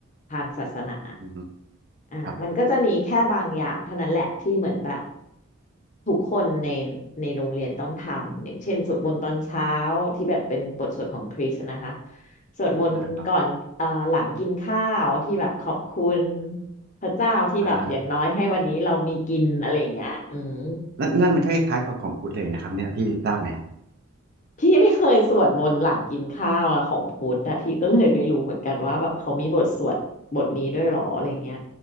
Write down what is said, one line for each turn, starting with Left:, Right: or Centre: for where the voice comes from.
Left: ทางศาสนา
Right: อืม
Left: อ่ามันก็จะมีแค่บางอย่างเท่านั้นแหละที่เหมือนแบบ
Right: ครับ
Left: ทุกคนในในโรงเรียนต้องทำอย่างเช่นสวดมนต์ตอนเช้าที่แบบเป็นบทสวดของคริสต์นะคะสวดมนต์กันก่อนเอ่อหลังกินข้าวที่แบบขอบคุณ
Right: อ่าครับ
Left: พระเจ้าที่แบบอย่างน้อยให้วันนี้เรามีกินอะไรอย่างเงี้ยอืม
Right: อ่าฮะนั่นนั่นมันก็คล้ายๆกับของพุทธเลยนะครับเนี่ยพี่ทราบไหม
Left: พี่ไม่เคยสวดมนต์หลังกินข้าวอะของพุทธนะพี่ก็เลยไม่รู้เหมือนกันว่าแบบเขามีบทสวดบทนี้ด้วยเหรออะไรเงี้ย